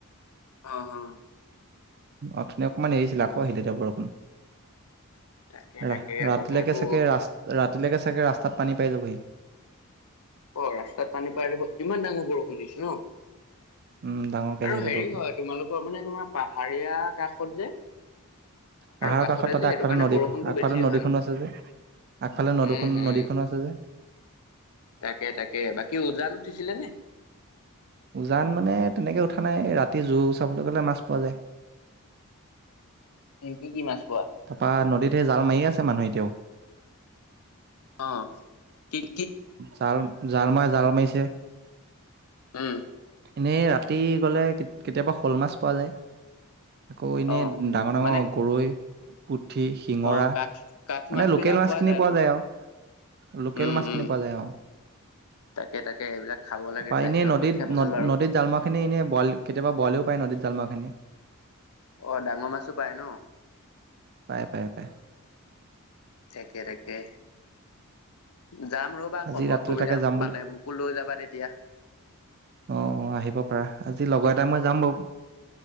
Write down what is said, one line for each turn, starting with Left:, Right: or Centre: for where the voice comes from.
Left: অ', অ'।
Right: অথনি অকণমান এৰিছিলে আকৌ আহিলে এতিয়া বৰষুণ
Left: তাকে তাকে
Right: ৰা ৰাতিলৈকে
Left: বতৰটো
Right: চাগে ৰাচ-ৰাত তেতিলেকে চাগে ৰাস্তাত পানী পাই যাবহি।
Left: অ ৰাস্তাত পানী পাই আহিব ইমান ডাঙৰ বৰষুণ দিছে ন।
Right: উম ডাঙৰকে আহি
Left: আৰু
Right: আছে
Left: হেৰি
Right: বৰষুণ
Left: হয় তোমালোকৰ মানে তোমাৰ পাহাৰীয়া কাষত যে।
Right: পাহাৰৰ
Left: কাষতে
Right: কাষত তাতে
Left: যে সেইটো
Right: আগফালৰ
Left: কাৰণে
Right: নদী
Left: বৰষুণটো
Right: আগফালৰ
Left: বেছি
Right: নদীখনো
Left: হয় ন।
Right: আছে যে। আগফালে নদখন
Left: উম হম
Right: নদীখনো আছে যে।
Left: তাকে তাকে বাকী উজান উঠিছিলে নে?
Right: উজান মানে তেনেকে উঠা নাই ৰাতি জুোৰ চাবলৈ গলে মাছ পোৱা যায়। <unintelligible>
Left: কি কি মাছ। পোৱা?
Right: তাৰপৰা নদীত সেই জাল মাৰি আছে মানুহে এতিয়াও।
Left: অহ ঠিক।
Right: জাল জাল মাই জাল মাৰিছে।
Left: উম।
Right: এনেই ৰাতি গ'লে কেতিয়াবা শ'ল মাছ পোৱা যায়। আকৌ এনেই
Left: অ',
Right: ডাঙৰ-ডাঙৰ
Left: মানে
Right: গৰৈ, পুঠ পুঠি, শিঙৰা
Left: অ', কাঠ কাঠ
Right: মানে
Left: মাছ
Right: লোকেল
Left: বিলাক
Right: মাছখিনি পোৱা
Left: ন?
Right: যায় আৰু লোকেল
Left: উম,
Right: মাছ
Left: উম,
Right: কেনে পোৱা যায় অ,
Left: তাকে তাকে এইবিলাক খাব লাগে
Right: তাপা
Left: স্বাস্থ্যৰ
Right: এনেই নদীত
Left: পক্ষে ভাল
Right: নদ
Left: বাৰু।
Right: -নদীত জালমৰা খিনি এনে বইল কেতিয়াবা বইলও পায় নদীত। জালময়া খিনি
Left: অ, ডাঙৰ মাছো পায় ন'?
Right: পায় পায় পায়
Left: থাকে-থাকে। যাম ৰবা
Right: আজি
Left: সময়
Right: ৰাতিলৈ
Left: সুবিধা
Right: তাকে যাম
Left: পালে মোকো লৈ যাবা তেতিয়া।
Right: অ', অ', আহিব পাৰা আজি লগৰ এটাই মই যাম বাৰু।